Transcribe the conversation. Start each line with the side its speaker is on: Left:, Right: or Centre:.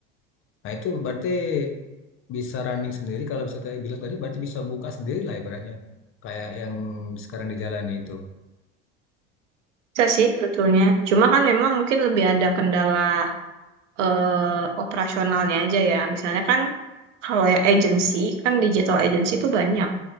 Left: nah itu berarti bisa running sendiri kalau bisa tadi bilang tadi berarti bisa buka sendiri lah ibaratnya kayak yang sekarang dijalani itu
Right: Bisa sih sebetulnya. Cuma kan memang mungkin lebih ada kendala eh, operasionalnya aja ya. Misalnya kan kalau ya agency kan digital agency itu banyak.